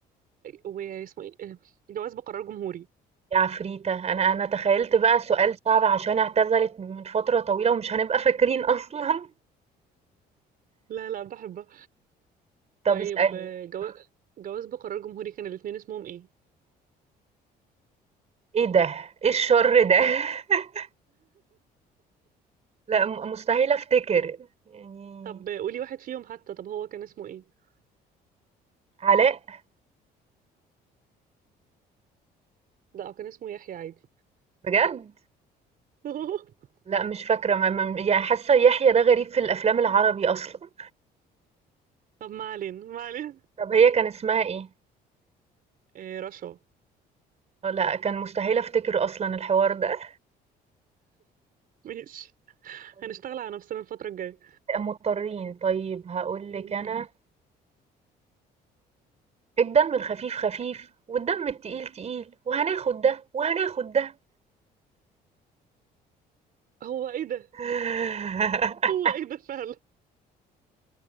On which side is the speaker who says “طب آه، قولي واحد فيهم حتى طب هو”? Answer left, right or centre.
Right